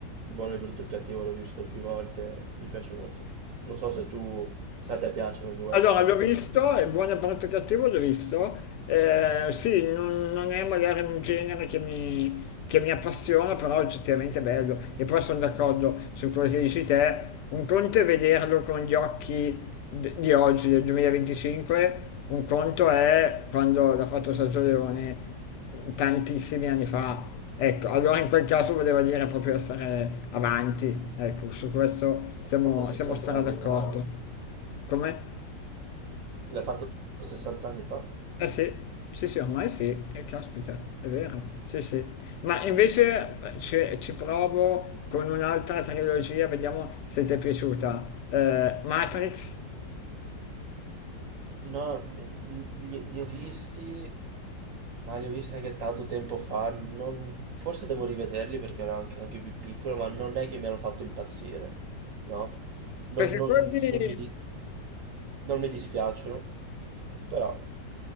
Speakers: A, on the right; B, on the left.
A: Il buono, il brutto e il cattivo l'ho visto più volte. Mi piace molto. Non so se tu, se a te piacciono gli western,
B: Allora, l'ho
A: insomma.
B: visto, è buono brutto cattivo, l'ho visto. Eh, sì, non, non è magari un genere che mi, che mi appassiona, però oggettivamente è bello. E poi sono d'accordo su quello che dici te. Un conto è vederlo con gli occhi d- di oggi, del 2025, un conto è quando l'ha fatto Sergio Leone tantissimi anni fa. Ecco, allora in quel caso volevo dire proprio essere avanti. Ecco, su questo siamo,
A: L'ha fatto 60
B: siamo stra
A: anni
B: d'accordo.
A: fa. eh.
B: Come?
A: L'ha fatto 60 anni fa.
B: Eh sì, sì, sì, ormai sì, eh, caspita, è vero, sì, sì. Ma invece eh, ci, ci provo con un'altra trilogia, vediamo se ti è piaciuta. Eh, Matrix,
A: No, beh, li, li ho visti, ma li ho visti anche tanto tempo fa. non- Forse devo rivederli perché ero anche, anche più piccolo, ma non è che mi hanno fatto impazzire, no? Non,
B: perché
A: non-
B: quelli...
A: non mi, di- non mi dispiacciono, però